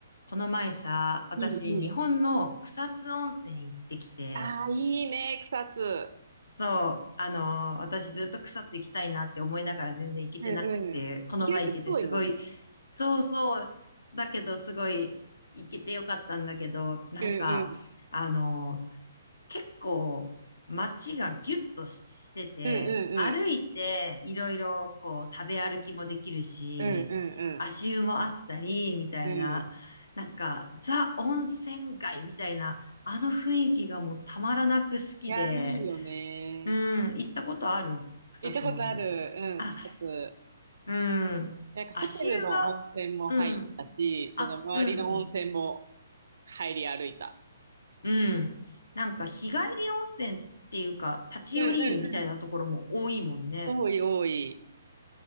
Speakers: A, on the left; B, on the right.
A: この前さ、私、
B: うんうん。
A: 日本の草津温泉行ってきて、
B: ああ、いいね、草津。
A: そう、あのー私ずっと草津行きたいなって思いながら全然行けてなくて、
B: うんうん。
A: この前行けてすごい、
B: 意外と遠いもん。
A: そうそう、だけどすごい行けてよかったんだけど、なんか、
B: うんうん。
A: あの結構街がギュッとしてて、
B: うんうんうん。
A: 歩いていろいろこう食べ歩きもできるし、
B: うんうん
A: 足湯もあったり、みたいな、
B: うん。うん。い
A: なんかザ温泉街みたいな、あの雰囲気がもうたまらなく好きで、
B: や、いいよね。
A: うん、行ったことある草津温泉って。
B: 行ったことある。うん、
A: あ、
B: 草津。
A: うん、
B: なんかホテルの温泉も入ったし、
A: 足湯が、うん、
B: その周りの温泉も
A: あ、うん、
B: 入り歩いた。
A: うん。なんか日帰り温泉っていうか、立ち寄り湯みたいなところも多いもんね。
B: うんうんうん。多い多い。